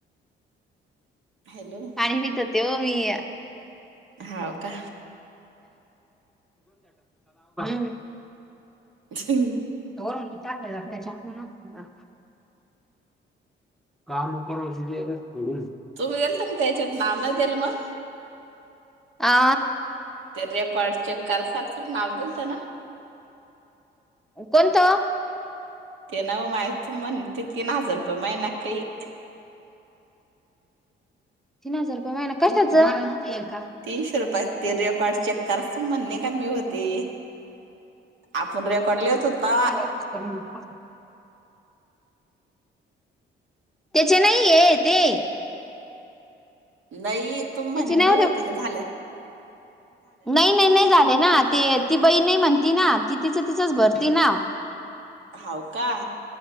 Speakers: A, on the right (about 80°); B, in the centre.
A: हॅलो.
B: पानी पीत होते ओ मी.
A: हाव का
B: <unintelligible> हा. <inaudible>
A: छ ह.
B: होन चां न. <inaudible> काम करून शिकली असतीत. <unintelligible>
A: तुम्ही गेलत न तेच्यात मग नाव नाही दिल <unintelligible> मग.
B: आ
A: ते रेकॉर्ड चेक करासाठच्या नाव दिलत ना. <unintelligible>
B: कोणत?
A: ते नवं माई तू म्हणती तीन हजार रुपय मैना कै. <unintelligible>
B: तीन हजार रुपये महिना कशाचं? <unintelligible>
A: तीनश रुपया ते रेकॉर्ड चेक कर त म्हण नाही कमी होत. ते आपण रेकॉर्ड लत होता ते.
B: <unintelligible> <inaudible> त्याचे नाही ये ते.
A: नाही तुम म्हणे
B: त्याचे नाही
A: मी होते कि झालं.
B: नाही नाही नाही झाले ना ति ती बई नाही म्हणती ना ती तिचं तिचंच बरतीना. <unintelligible>
A: हाव का.